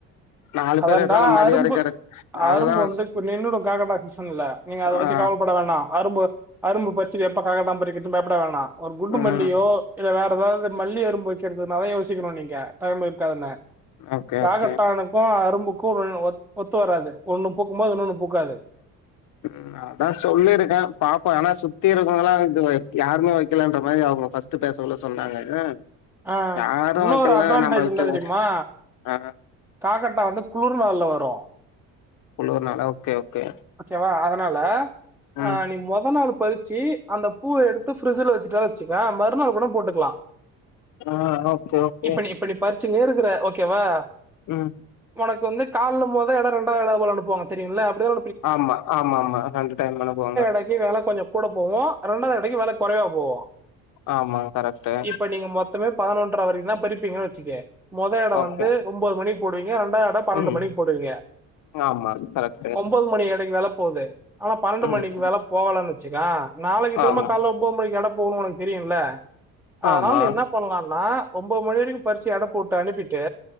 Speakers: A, on the left (about 60°); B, in the centre.
A: நாலு
B: அதான்டா
A: பேர் எடுத்தாலு மதிய
B: அரும்பு
A: வரைக்கு எடுக் அதுதா
B: அரும்பு வந்து இப்ப நின்னுடு காகட்டான் சீசன் இல்ல நீங்க அதை வச்சு
A: ஆ
B: கவலைப்பட வேண்டா அரும்பு அரும்பு பச்சு எப்ப காகட்டான் பறிக்க பயப்பட வேணாம் ஒரு குண்டு
A: ம்
B: மல்லியோ இல்ல வேற ஏதாவது மல்லி அரும்பு வைக்கிறது தா யோசிக்கணு நீங்க டைம் இருக்காதுன்னே
A: ஓகே
B: காகட்டான
A: ஓகே
B: அப்பா அரும்புக்கு ஒ ஒத்து வராது ஒண்ணு பூக்கும்போது இன்னொண்ணு பூக்காது
A: ம் நா அதா சொல்லியிருக்கே பாப்போ ஆனா சுத்தி இருக்கவங்களல்லா இது யாருமே வைக்கலன்ற மாரி அவுங்க ஃபஸ் ட் டைம் சொல்ல சொன்னாங்கனு
B: ஆ
A: யாரு
B: இன்னொரு
A: வைக்கலன
B: அட்வான்டேஜ்
A: என்னா நம்ப வைக்க
B: என்ன தெரியுமா
A: ஆ
B: காக்கட்டா வந்து குளுர்நாள்ல வரு
A: உள்ளூருனால ஓகே ஓகே
B: ஓகேவா அதனால
A: ம்
B: ஆ நீ மொத நாள் பறிச்சு அந்த பூவ எடுத்து ஃப்ரிஜ்ஜில வச்சுட்ட வச்சுக்கவே மறுநாள் கூட போட்டுக்லா
A: ஆ ஓகே ஓகே
B: இப்ப இப்ப நீ பறிச்சுனே இருக்குற ஓகேவா
A: ம்
B: ஒனக்கு வந்து கால்ல மொத எடோ இரண்டாயிரோவ போல அனுப்புவாங்க தெரியுல்ல அப்டி தா
A: ஆமா ஆமா ஆமா ரெண்டு டைமு அனுப்புவாங்க
B: இல்லாட்டி வேல கொஞ்சோ கூட போவு இரண்டா அன்னைக்கு வேல குறைவா போவு
A: ஆமா கரெக்ட்டு
B: இப்ப நீங்க மொத் மொத்தமே பதினொன்ற வரைக்கு தா பறிப்பீங்கன்னு வச்சுக்கோயே மொத எட
A: ஓகே
B: வந்து ஒம்போது மணிக்கு போடுவீங்க ரெண்டாவது எட பன்னெண்டு
A: ம்
B: மணிக்கு போடுவீங்க
A: ஆமா கரெக்டு
B: ஒம்போது மணி எட வெல போகுது ஆனா பன்னெண்டு மணிக்கு
A: ம்
B: வெல போகலனு வச்சுக்குவே நாளைக்கு திரும்ப
A: ஆமா
B: கால ஒம்போ மணிக்கு எட போகுன்னு ஒனக்கு தெரியுல்ல அதனால்
A: ஆமா
B: நீ என்ன பண்லான்னா ஒம்போது மணி வரைக்கு பறிச்சு எடப்போட்டு அனுப்பிட்டு